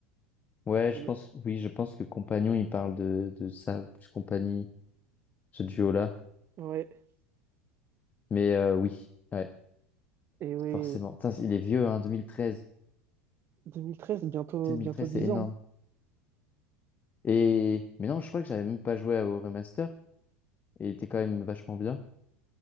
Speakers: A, on the left; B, on the right.
A: Ouais, je
B: ça doit-
A: pense. Oui, je pense que Compagnon, il parle de, de ça, ou plus Compagnie, ce duo-là.
B: ouais.
A: Mais euh, oui, ouais,
B: Et oui.
A: forcément. Putain, il est vieux, hein, 2013.
B: 2013, bientôt,
A: 2013,
B: bientôt 10
A: c'est énorme.
B: ans.
A: Et mais non, je crois que j'avais même pas joué au remaster et il était quand même vachement bien.